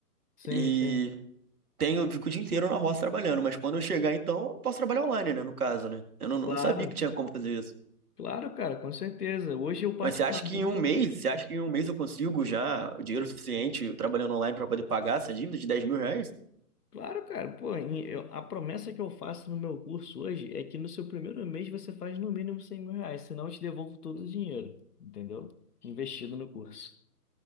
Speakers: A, on the left (about 70°); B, on the right (about 65°).
A: Sim,
B: E
A: sim.
B: tenho, eu fico o dia inteiro na roça trabalhando, mas quando eu chegar, então, eu posso trabalhar online, né? No caso, né? Eu não, não
A: Claro,
B: sabia que tinha como fazer isso.
A: claro, cara, com certeza. Hoje eu particularmente
B: Mas você acha que em um mês, você acha que em um mês eu consigo já o dinheiro suficiente trabalhando online para poder pagar essa dívida de dez mil reais?
A: Claro, cara, pô, em- eu- a promessa que eu faço no meu curso hoje é que no seu primeiro mês você faz no mínimo cem mil reais, senão eu te devolvo todo o dinheiro, entendeu? Investido no curso